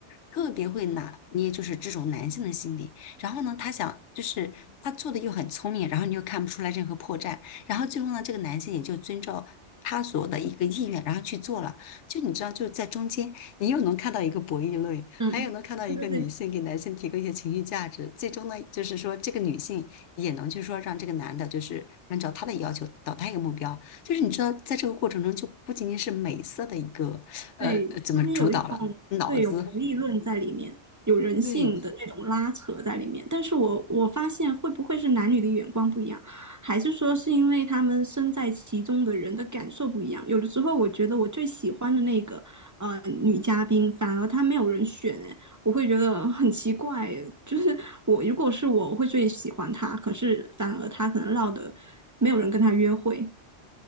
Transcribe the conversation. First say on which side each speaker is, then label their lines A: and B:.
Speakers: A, on the left; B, on the right.
A: 特别会拿捏，就是这种男性的心理。然后呢，他想就是他做的又很聪明，然后你又看不出来任何破绽。然后最后呢，这个男性也就遵照他所的一个意愿，然后去做了。就你知道，就是在中间，你又能看到一个博弈论，
B: 嗯，
A: 还有能看到一个女性给男性提供一些情绪价值。
B: 对对对，
A: 最终呢，就是说这个女性也能就是说让这个男的，就是按照他的要求导到一个目标。就是你知道，在这个过程中，就不仅仅是美色的一个呃呃怎么主导了，
B: 对，他们有一种对有博弈论在里面，
A: 脑子
B: 有人性的那种拉扯在里面。
A: 对，
B: 但是我我发现会不会是男女的眼光不一样，还是说是因为他们身在其中的人的感受不一样？有的时候我觉得我最喜欢的那个呃女嘉宾，反而她没有人选，哎，我会觉得很奇怪诶就是我如果是我，我会最喜欢她，可是反而她可能落得没有人跟她约会。